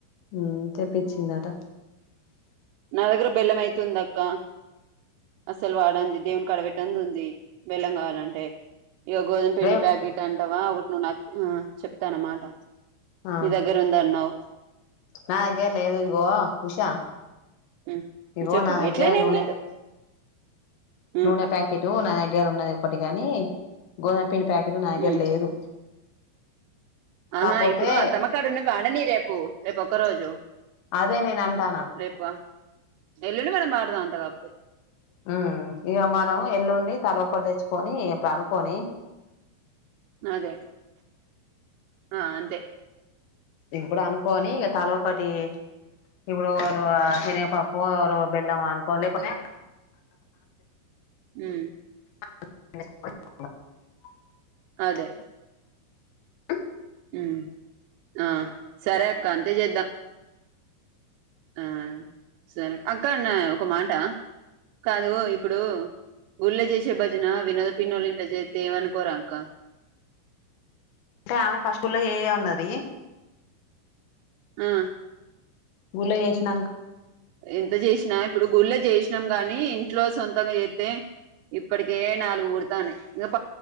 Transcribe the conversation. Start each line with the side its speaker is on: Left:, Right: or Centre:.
Left: హ్మ్ తెపించిందట
Right: నా దగ్గర బెల్లం అయితె ఉంది అక్క అసలు వాడంది దేవును కాడా పెట్ వందుంది బెల్లం కావాలంటే ఇగ గోధమ్ పిండి
Left: రేపు
Right: ప్యాకెట్ అంటావా ఒక వునా హ్మ్ చెప్తాను ఓ మాట
Left: ఆ
Right: నీ దగ్గర ఉందన్నావ్
Left: నా దెగ్గర లేవు ఇగో ఉషా
Right: హ్మ్
Left: ఇగో
Right: చెప్పు
Left: దగ్గర
Right: ఎట్లయి నా
Left: నూనె
Right: ఏం లేదు
Left: నూనె
Right: ఉమ్
Left: ప్యాకెటు నా దగ్గర ఉన్నది ఒకటి గాని గోధమ్ పిండి ప్యాకెట్ నా దగ్గర
Right: ఉమ్
Left: లేదు
Right: ఆహా
Left: కాపోతే
Right: ఇప్పుడు అత్తమ్మ కాడున్న వాడని రేపు రేపు ఒక రోజు
Left: అదే నేను అంటానా
Right: రేపు ఎల్లుండి మనం వాడదాం అం తబ్ద
Left: హ్మ్ ఇగ మనం ఎల్లుండి తలక్కటి తెచ్చుకొని పనుకొని
Right: అదే ఆ అంతే
Left: ఇప్పుడు అనుకోని ఇగ తలో ఒకటి ఇప్పుడు నువ్వు శనగపప్పు బెల్లం అనుకో లేపోతే <inaudible>
Right: హ్మ్
Left: <inaudible>
Right: అదే
Left: అ
Right: జిమ్ ఆ సరే అక్క అంతే చేద్దా ఆ సరే అక్కడ్నే ఒక మాట కాదు ఇప్పుడు ఊళ్ళో చేసే భజన వినోద పిన్నోళ్ళిన్ <inaudible> జేత్తే ఏమనుకోరా అక్క
Left: అంటే ఆమె ఫస్టులో ఏ ఏ ఉన్నది
Right: ఆ
Left: గులగేశనాంక
Right: ఎంత జేషినా ఇప్పుడు గుళ్ళ జేషినం గానీ ఇంట్లో సొంతంగా చేత్తే ఇప్పటికే నాలుగు బుడతాన్నాయి గప్